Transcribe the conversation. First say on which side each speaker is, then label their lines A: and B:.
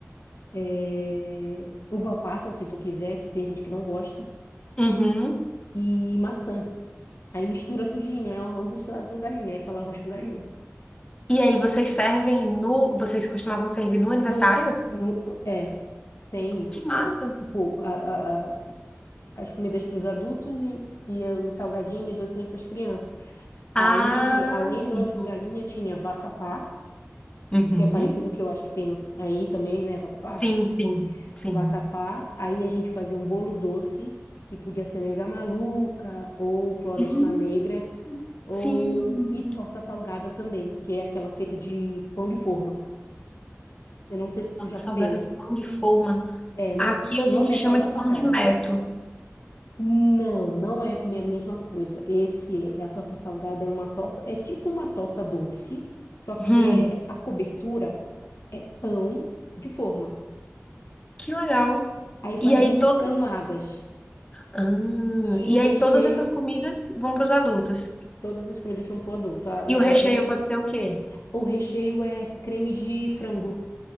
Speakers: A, on the left; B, on the left.
A: é, uva passa, se tu quiser, que tem gente que não gosta,
B: Uhum.
A: e maçã. Aí mistura tudinho, é um arroz misturado com galinha. Aí fala arroz com galinha.
B: E aí, vocês servem no. Vocês costumavam servir no aniversário?
A: No, no, é, tem isso.
B: Que massa!
A: Tipo, a, a- a- as comidas para os adultos e, e eh, os salgadinhos e docinho para as crianças.
B: Ah,
A: Aí, além
B: sim.
A: do arroz com galinha, tinha vatapá,
B: Uhum.
A: que é parecido que eu acho que tem no- aí também, né, vatapá?
B: Sim, sim, sim.
A: Vatapá. Aí a gente fazia um bolo doce, que podia ser nega maluca ou floresta
B: Uhum.
A: negra, ou
B: Sim.
A: e torta salgada também, que é aquela feita de pão de forma. Eu não sei se tu
B: Torta
A: já
B: salgada
A: comeu.
B: de pão de forma.
A: É, uma,
B: Aqui
A: to-
B: a
A: o
B: gente
A: nome
B: chama
A: é torta
B: de pão
A: salgada.
B: de metro.
A: Não, não é a mesma coisa. Esse é a torta salgada, é uma torta, é tipo uma torta doce, só que
B: Hum,
A: é a cobertura é pão de forma.
B: que legal.
A: Aí faz
B: E aí,
A: em
B: todo...
A: camadas
B: ah,
A: e
B: e
A: o recheio,
B: aí todas essas comidas vão para os adultos.
A: todas as comidas vão pro adulto. A,
B: E o recheio
A: a criança,
B: pode ser o quê?
A: o recheio é creme de frango.